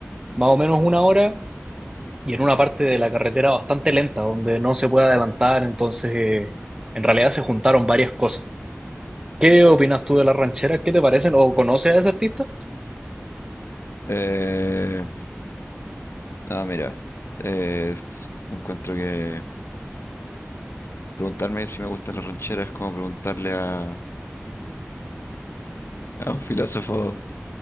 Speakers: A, on the right; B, on the left.
A: más o menos una hora, y en una parte de la carretera bastante lenta, donde no se puede adelantar, entonces eh, en realidad se juntaron varias cosas. ¿Qué opinas tú de las rancheras? ¿Qué te parecen? ¿O conoces a ese artista?
B: Eh, no, mira, eh, encuentro que preguntarme si me gustan las rancheras es como preguntarle a, a un filósofo